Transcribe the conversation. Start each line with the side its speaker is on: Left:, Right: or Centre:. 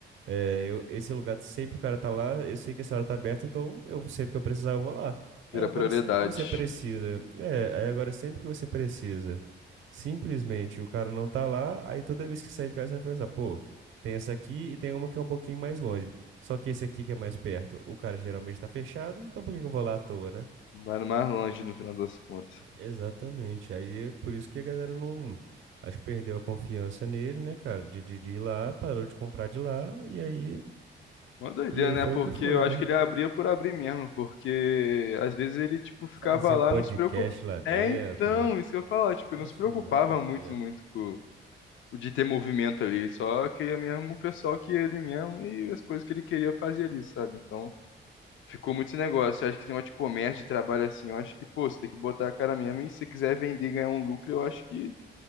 Right: é, eu- esse lugar sempre o cara tá lá, eu sei que essa hora tá aberta, então eu sempre que eu precisar eu vou lá.
Left: Vira
Right: Aí agora
Left: prioridade.
Right: sempre que você precisa, é, aí agora sempre que você precisa, simplesmente o cara não tá lá, aí toda vez que sair de casa você vai pensar, pô, tem essa aqui e tem uma que é um pouquinho mais longe. Só que esse aqui que é mais perto, o cara geralmente tá fechado, então por que que eu vou lá à toa, né?
Left: Vai no mais longe no final das contas.
Right: Exatamente. Aí é por isso que a galera não. Acho que perdeu a confiança nele, né, cara? De, de, de ir lá, parou de comprar de lá, e aí,
Left: Uma doideira,
Right: e aí
Left: né?
Right: foi
Left: Porque
Right: o que foi,
Left: eu acho
Right: né?
Left: que ele abria por abrir mesmo. Porque às vezes ele, tipo, ficava
Right: Fazia
Left: lá
Right: podcast
Left: e não se preocupava.
Right: lá dentro.
Left: É, então, isso que eu ia falar.
Right: É,
Left: Tipo,
Right: Quase
Left: ele não se preocupava
Right: nada a ver.
Left: muito, muito com de ter movimento ali. Só que queria mesmo o pessoal que ele mesmo e as coisas que ele queria fazer ali, sabe? Então, ficou muito esse negócio. Eu acho que esse negócio de comércio, de trabalho assim, eu acho que, pô, você tem que botar a cara mesmo e se você quiser vender e ganhar um lucro, eu acho que